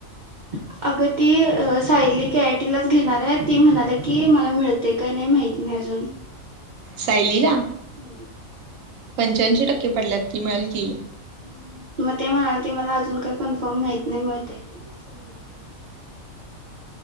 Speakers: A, on the right; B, on the right.
A: <inaudible> अगं ती सायली के आय टीलाच घेणार आहे. ती म्हणाली की मला मिळतंय काय नाही माहीत नाही अजून.
B: सायलीला.
A: हम्म.
B: पंच्याऐंशी टक्के पडल्यात, की मिळलं की.
A: हम्म मग ते म्हणाल ती मला अजून काही कन्फर्म माहित नाही, मिळतंय काय नाही असं म्हणालती ती.